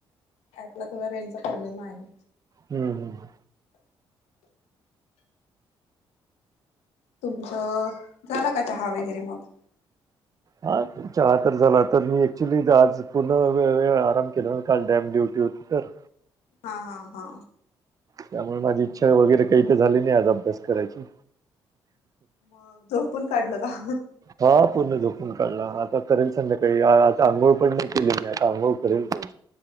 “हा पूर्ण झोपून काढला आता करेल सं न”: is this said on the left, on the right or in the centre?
Right